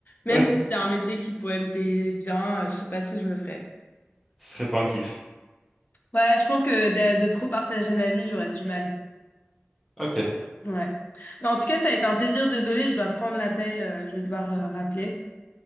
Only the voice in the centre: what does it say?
<laughs>
Ce serait pas un kiff.
Ok.